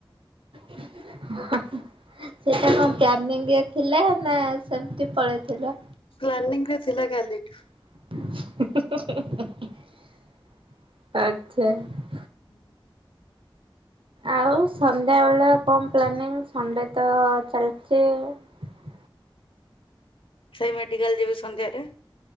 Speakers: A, on the right (about 70°); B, on the left (about 70°).
A: <unintelligible> ସେଇଟା କଣ କ୍ୟାନିଙ୍ଗ ଥିଲା ନା ସେମତି ପଳେଇଥିଲ?
B: ପ୍ଲାନିଂ ରେ ଥିଲା କାଲିଠୁ।
A: ହୁଁ ହୁଁ ଆଚ୍ଛା।
B: ହୁଁ <inaudible>
A: ଆଉ ସନ୍ଧ୍ୟା ବେଳେ କଣ ପ୍ଲାନିଂ ସଣ୍ଡେ ତ ଚାଲିଛି? ହ <inaudible>
B: ସେଇ ମେଡିକାଲ ଯିବି ସନ୍ଧ୍ୟାରେ